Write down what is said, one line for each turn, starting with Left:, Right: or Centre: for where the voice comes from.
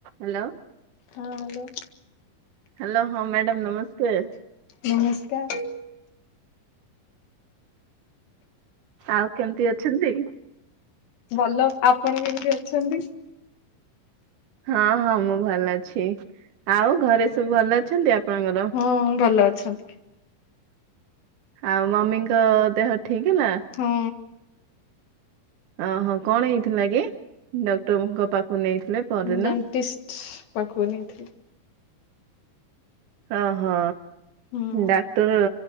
Right: Hello.
Left: ହଁ hello.
Right: Hello ହଁ madam ନମସ୍କାର।
Left: ନମସ୍କାର।
Right: ଆଉ କେମିତି ଅଛନ୍ତି?
Left: ଭଲ ଆପଣ କେମିତି ଅଛନ୍ତି?
Right: ହଁ ହଁ ମୁଁ ଭଲ ଅଛି, ଆଉ ଘରେ ସବୁ ଭଲ ଅଛନ୍ତି ଆପଣଙ୍କର?
Left: ହଁଅ ଭଲ ଅଛନ୍ତି।
Right: ଆଉ ମମିଙ୍କ ଦେହ ଠିକ୍ ହେଲା?
Left: ହୁଁ।
Right: ଓହୋ କଣ ହେଇଥିଲାକି ଡକ୍ଟରଙ୍କ ପାଖକୁ ନେଇଥିଲେ? ପରଦିନ
Left: ଡେଣ୍ଟିଷ୍ଟ ପାଖକୁ ନେଇଥିଲି।
Right: ଓ ହ
Left: ହୁଁ।
Right: ଡାକ୍ତର